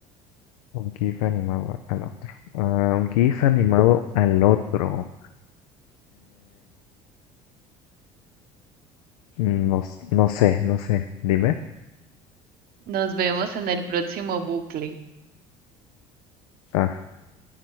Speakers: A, on the left; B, on the right.
A: Un GIF animado al otro. Ah, un GIF animado al otro. mm, No, s- no sé, no sé. Dime.
B: Nos vemos en el próximo bucle.
A: Ah,